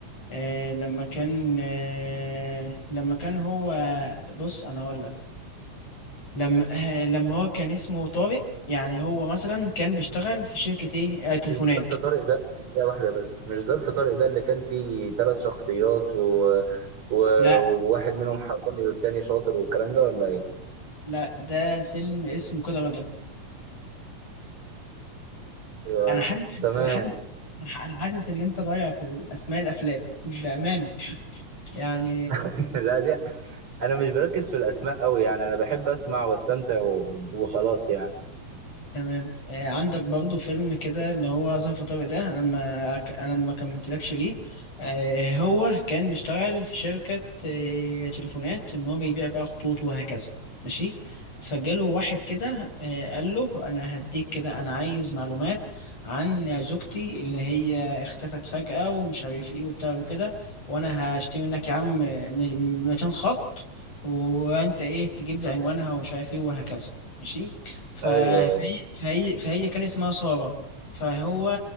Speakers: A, on the left; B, on the right.
A: آه، لما كان آه، لما كان هو بص انا اقول لك لما آه، لما هو كان اسمه طارق يعني هو مثلا كان بيشتغل في شركة ايه آه، تليفونات
B: مش ظرف طارق ده ده واحده بس مش ظرف طارق ده اللي كان فيه ثلاث شخصيات و... و...
A: لا
B: وواحد منهم حراني والتاني شاطر والكلام ده ولا ايه؟
A: لا ده فيلم اسمه كده رضا
B: ايوه
A: انا حاسس
B: تمام
A: انا حاسس انا حاسس ان انت ضايع في الاسماء الافلام بامانه يعني
B: <laughs> لا دي انا مش بركز في الاسماء قوي يعني انا بحب اسمع واستمتع و... وخلاص يعني
A: تمام آه، عندك برضو فيلم كده اللي هو ظرف طارق ده انا ما ك- انا ما كملتلكش ليه آه، هو كان بيشتغل في شركة آه، تليفونات ان هو بيبيع بقى خطوط وهكذا ماشي فجاله واحد كده آه، قال له انا هديك كده انا عايز معلومات عن زوجتي اللي هي اختفت فجأة ومش عارف ايه وبتاع وكده وانا هشتري منك يا عم 200 خط وانت ايه تجيب لي عنوانها ومش عارف ايه وهكذا ماشي ف-
B: ايوه ايوه
A: فهي فهي فهي كان اسمها سارة فهو